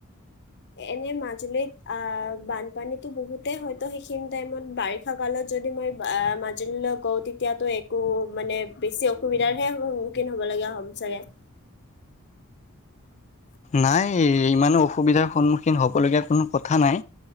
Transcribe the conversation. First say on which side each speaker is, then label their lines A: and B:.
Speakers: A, on the left (about 50°); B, on the left (about 30°).
A: এনে মাজুলীত আ, বানপানীটো বহুতে হয়তু সেইখিনি টাইমত বাৰিষা কালত যদি মই আ, মাজুলীলৈ গওঁ তেতিয়াতো একো, মানে বেছি অসুবিধাৰ হে হ'ব মোৰ খীন হ'বলগীয়া হম চাগে। <inaudible>
B: নাই, ই-ইমানো অসুবিধাৰ সন্মুখীন হ'ব লগীয়া কোনো কথা নাই।